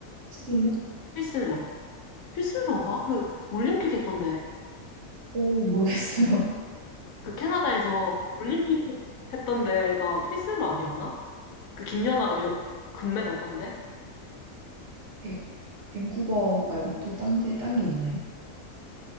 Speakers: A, on the right; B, on the left.
A: 슬러?
B: 휘슬러 휘슬러인가? 그 올림픽 했던데.
A: 오, 모르겠어요.
B: 그 캐나다에서 올림픽 했던 데가 휘슬러 아니었나? 그 김연아가 여, 금메달 딴데?
A: <laughs> 밴- 밴쿠버 말고 또 딴 데, 딴 게 있나요?